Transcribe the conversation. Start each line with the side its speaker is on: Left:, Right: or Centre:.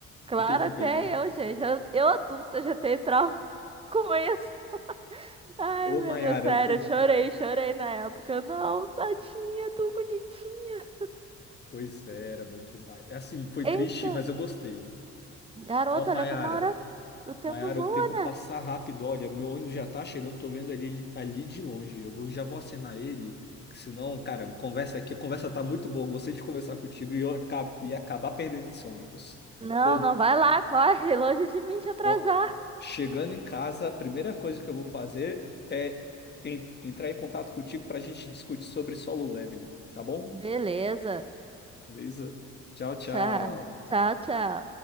Right: Claro,
Left: Fiquei com
Right: até
Left: pena.
Right: eu, gente. Eu, eu adulta já tenho trauma <laughs> com isso. Ai,
Left: Ô,
Right: meu
Left: Mayara,
Right: Deus, sério,
Left: eu tô
Right: eu chorei, chorei na época. Não, tadinha, tão bonitinha.
Left: Pois é, era bom demais. É Assim, foi triste,
Right: Eita,
Left: mas eu gostei.
Right: garota,
Left: Ó, Maiara,
Right: olha como a hora, o tempo
Left: Maiara,
Right: voa,
Left: o tempo
Right: né?
Left: passa rápido. Olha, meu ônibus já tá chegando, tô vendo ele ali de longe. Eu vou, já vou acenar ele, que senão, cara, conversa aqui, a conversa tá muito boa. Gostei de conversar contigo e eu aca- ia acabar perdendo esse ônibus.
Right: Não,
Left: Pô,
Right: não vai lá, corre, <laughs> longe de mim te atrasar.
Left: ó, chegando em casa, a primeira coisa que eu vou fazer é en- entrar em contato contigo pra gente discutir sobre solo leveling, tá bom?
Right: Beleza.
Left: Beleza? Tchau, tchau.
Right: Tchau, tchau, tchau.